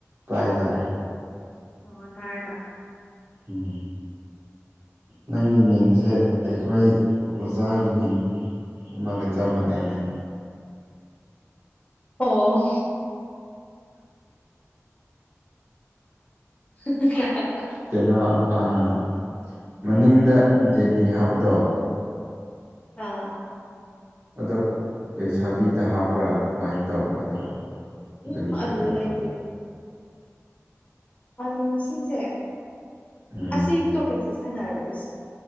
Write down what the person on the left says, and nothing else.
ꯑꯣ ꯇꯥꯔꯦ ꯇꯥꯔꯦ
ꯑꯣ <inaudible>
ꯑꯥ
ꯎꯝ ꯑꯗꯨꯗ
ꯂꯩꯇꯦ ꯎꯝ ꯃꯁꯤꯡꯁꯦ
ꯑꯁꯤ ꯇꯣꯄꯤꯛꯁꯦ ꯁꯥꯅꯔꯔꯣꯏꯁꯦ